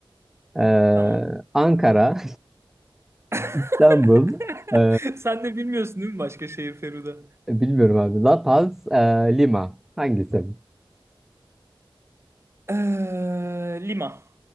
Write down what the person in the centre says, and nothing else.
Ee,
Ankara,
<laughs> İstanbul, ee,
bilmiyorum abi. La Paz, ee, Lima. Hangisi?